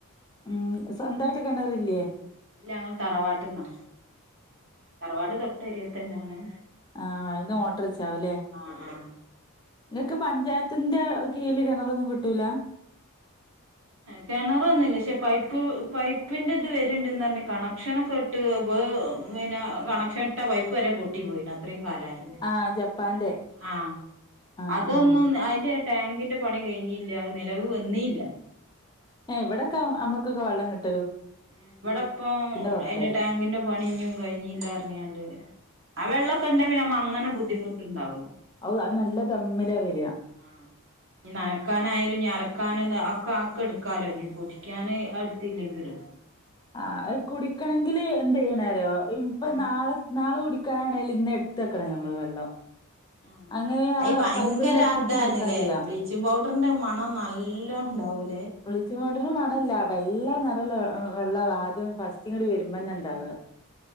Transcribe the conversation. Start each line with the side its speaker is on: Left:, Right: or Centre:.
Left: ഉം സ്വന്തായിട്ട് കണർ ഇല്ലിയേ
Right: ഇല്ല ഞങ്ങൾ തറവാട്ടിന്നാ തറവാട് തൊട്ട് അരിയത്ത് തന്നെയാണ്
Left: ആ അയിന്ന് മോട്ടർ വെച്ച ആവൂല്ലേ
Right: ആഹ് ആഹ്
Left: നിങ്ങക്ക് പഞ്ചായത്തിന്റെ കീഴില് കിണറൊന്നും കിട്ടൂല്ല?
Right: കിണർ ഒന്നുല്ല പക്ഷേ പൈപ്പ് പൈപ്പിൻറെ ഇത് വരുണ്ടെന്ന് പറഞ്ഞ് കണക്ഷനൊക്കെ ഇട്ട് ബ് പിന്നെ കണക്ഷൻ ഇട്ട പൈപ്പ് വരെ പൊട്ടി പോയിന് അത്രയും അല്ലാപിന്നെ
Left: ആഹ് ജപ്പാന്റെ
Right: ആ
Left: ആഹ്
Right: അതൊന്ന്
Left: ആഹ്
Right: അയിന്റെ ടാങ്കിന്റെ പണി കഴിഞ്ഞില്ല നിലവ് വന്നീല്ല
Left: അ ഇവിടൊക്കെ നമ്മുക്കൊക്കെ വെള്ളം കിട്ടും
Right: എ ഇവിടെപ്പം
Left: പുറത്തായി
Right: അതിന്റെ ടാങ്കിന്റെ പണിഞ്ഞും കഴിഞ്ഞില്ലാർഞ്ഞാണ്ട് ആ വെള്ളൊക്കെണ്ടെ നമ്മ അങ്ങന ബുദ്ധിമുട്ടുണ്ടാവില്ല
Left: ഔ അത് അത് നല്ല ദമ്മിലാ വരിക
Right: ആ നനക്കാനായാലും ഇനി അലക്കാനും അഒക്കെ ആക്കെ എടുക്കാലോ ഇനീ കുടിക്കാന് അടുത്തില്ലെങ്കിലും
Left: ആ അത് കുടിക്കണെങ്കില് എന്ത് ചെയ്യണെന്നറിയോ ഇപ്പം
Right: ആഹ്
Left: നാളെ നാളെ കുടി ക്കാനാണെങ്കില് ഇന്ന് എടുത്ത് വെക്കണം നമ്മള് വെള്ളം
Right: ആഹ്
Left: അങ്ങനെ
Right: അയി
Left: ആ
Right: ഭയങ്കര
Left: പൈപ്പിന്ന് എടുത്തിട്ട്
Right: അതാണ്ല്ലേ
Left: കുടിക്കാൻ പറ്റൂല
Right: ബ്ലീച്ചിങ് പൗഡറിന്റെ മണം നല്ലോ ഉണ്ടാവൂലേ
Left: ബ്ലീച്ചിംഗ് പൗഡറ് മണല്ല വെള്ള നിറമുല്ല വെള്ളം ആദ്യം ഫസ്റ്റിങ്ങ് വരുമ്പോ തന്നെ ഉണ്ടാവുക